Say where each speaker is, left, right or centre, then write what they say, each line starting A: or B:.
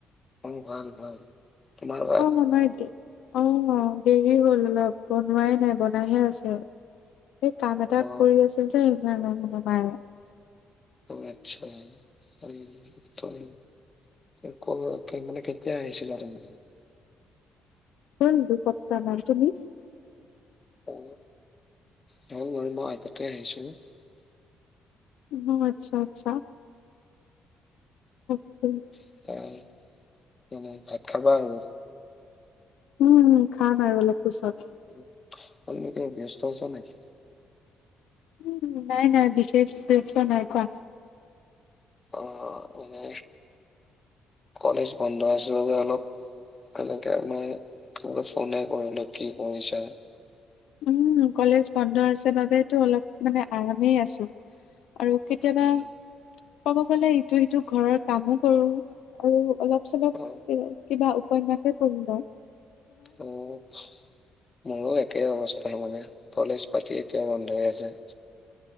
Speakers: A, on the left (about 30°); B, on the left (about 80°).
A: উ ভাল, ভাল। তোমাৰ ভাল?
B: অ, আমাৰ দে অ দেৰি হ'ল অলপ। বনোৱাই নাই, বনাইহে আছে। এ কাম এটা
A: অ
B: কৰি আছিল যে সেইকাৰণে মানে মায়ে
A: অ আচ্ছা <unintelligible> <unintelligible> মানে কেতিয়া আহিছিলা তুমি?
B: হ'ল দুসপ্তাহমান, তুমি?
A: অ, হ'ল মই মই <unintelligible> তে আহিছিলোঁ।
B: অ আচ্ছা, আচ্ছা। <unintelligible>
A: <unintelligible> তুমি ভাত খাবা আৰু।
B: উম, খাম আৰু অলপ পিছত।
A: <unintelligible> তুমি ব্যস্ত আছা নেকি?
B: উ নাই নাই বিশেষ ব্যস্ত নাই, কোৱা।
A: অ, মানে কলেজ বন্ধ আছিল বাবে অলপ সেনেকে আমি <unintelligible> ফনে কৰিলো কি কৰিছা?
B: উম, কলেজ বন্ধ আছে বাবেতো অলপ মানে আৰামেই আছো আৰু কে কেতিয়াবা
A: উম,
B: ক'ব গলে ইটো সিটো ঘৰৰ কামো কৰো আৰু অলপ চলপ
A: অ'
B: কিবা উপন্যাসে পহি লও।
A: উ <unintelligible> মোৰো একেই অৱস্থা মানে। কলেজ পাতি এতিয়া বন্ধ হৈ আছে।